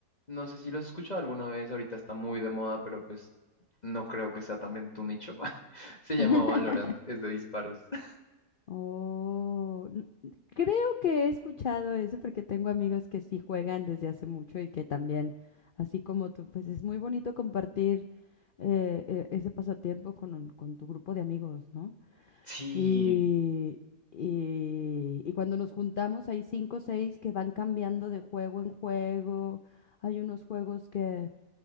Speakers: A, on the left; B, on the left.
A: no sé si lo has escuchado alguna vez, ahorita está muy de moda, pero pues no creo que sea también tu nicho. <laughs> Se llama
B: <laughs>
A: Valorant, es de disparos. <laughs>
B: Oh, n- creo que he escuchado eso porque tengo amigos que sí juegan desde hace mucho y que también, así como tú, pues es muy bonito compartir eh, eh, ese pasatiempo con, un- con tu grupo de amigos, ¿no?
A: Sí,
B: Y, y, y cuando nos juntamos hay cinco o seis que van cambiando de juego en juego. Hay unos juegos que,